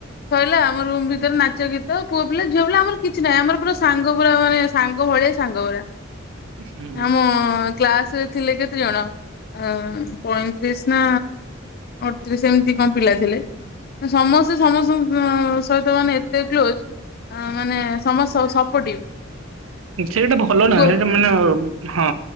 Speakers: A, on the left (about 50°); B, on the right (about 85°).
A: ସରିଲା ଆମ ରୁମ୍ ଭିତ ନାଚ ଗୀତ ପୁଅ ପିଲା ଝିଅ ପିଲା ଆମର କିଛି ନାହିଁ ଆମର ପୁରା ସାଙ୍ଗ ପୁରା ମାନେ ସାଙ୍ଗ ଭଳିଆ ସାଙ୍ଗ ପୁରା
B: <inaudible> ହୁଁ।
A: ଆମ କ୍ଲାସରେ ଥିଲେ କେତେ ଜଣ? ଅ ପଇଁତିରିଶ ନା ଅଠତିରିଶ ଏମିତି କଣ ପିଲା ଥିଲେ? ସମସ୍ତେ ସମସ୍ତଙ୍କ ମ ସ ମାନେ ଏତେ କ୍ଲୋଜ ମାନେ ସମସ୍ତ ସପୋର୍ଟିଭ
B: ସେଇଟା ଭଲ ନା
A: କୁହ
B: ସେଇଟା ମାନେ ହଁ